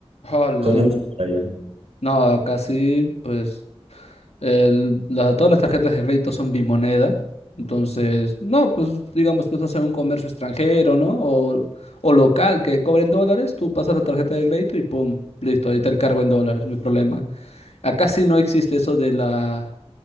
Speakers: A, on the left (about 75°); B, on the right (about 65°).
A: Hola.
B: ¿Cómo es por allá?
A: No, casi, pues, el- la- todas las tarjetas de crédito son bimoneda. Entonces, no, pues, digamos, tú estás en un comercio extranjero, ¿no? O, o local que cobren dólares, tú pasas la tarjeta de crédito y pum, listo, ahí te el cargo en dólares, no hay problema. Acá sí no existe eso de la...